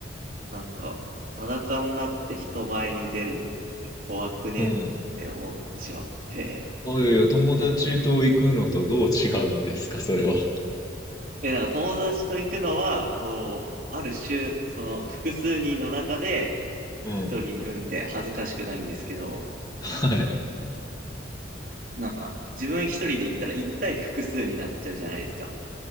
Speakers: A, on the right; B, on the left.
A: なんか、裸になって人前に出るのって怖くねって思ってしまって。
B: うん。おいおいお友達と行くのとどう違うんですか、それは。
A: で、なんか友達と行くのは、こう、ある種、その複数人の中で
B: うん。
A: 一人いるんで恥ずかしくないんですけど、
B: はい。
A: なんか自分一人で行ったら一対複数になっちゃうじゃないですか。